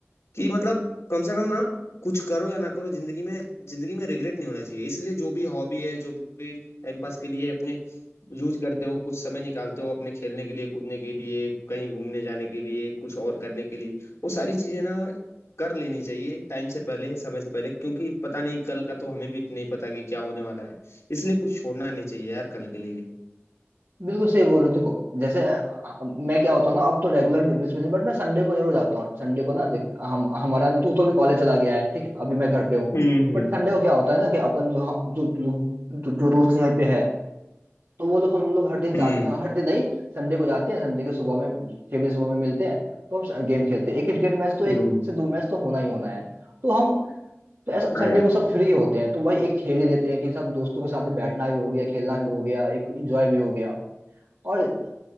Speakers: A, on the left; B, on the right.
A: कि मतलब कम से कम ना कुछ करो या ना करो जिंदगी में जिंदगी में रिग्रेट नहीं होना चाहिए इसलिए जो भी हॉबी है जो भी टाइम पास के लिए अपने यूज करते हो कुछ समय निकालते हो अपने खेलने के लिए कूदने के लिए कहीं घूमने जाने के लिए कुछ और करने के लिए वो सारी चीजें ना कर लेनी चाहिए टाइम से पहले समय से पहले क्योंकि पता नहीं कल का तो हमें भी नहीं पता कि क्या होने वाला है इसलिए कुछ छोड़ना नहीं चाहिए यार कल के लिए
B: बिल्कुल सही बोलो देखो जैसे अ, मैं क्या होता हूँ ना अब तो रेगुलर बेसिस पे नहीं बट मैं संडे को जरूर जाता हूँ संडे को ना देख हम हमारा तू तो भी कॉलेज चला गया है ठीक है अभी मैं घर पे हूँ
A: हम्म
B: बट
A: हम्म
B: संडे को क्या होता है ना कि अपन जो हम जो लोग- जो, जो दोस्त यहाँ पे है तो वो लोग हम लोग हर दिन जाते
A: हम्म
B: हैं हर दिन नहीं संडे को जाते हैं संडे के सुबह में छह बजे सुबह में मिलते हैं तो हम गेम खेलते हैं एक क्रिकेट मैच तो एक
A: हम्म
B: से दो मैच तो होना ही होना है तो हम तो ऐसा
A: हाँ
B: संडे
A: यार
B: को सब फ्री होते हैं तो भाई एक खेल ही लेते हैं कि सब दोस्तों के साथ बैठना भी हो गया खेलना भी हो गया एक एंजॉय भी हो गया और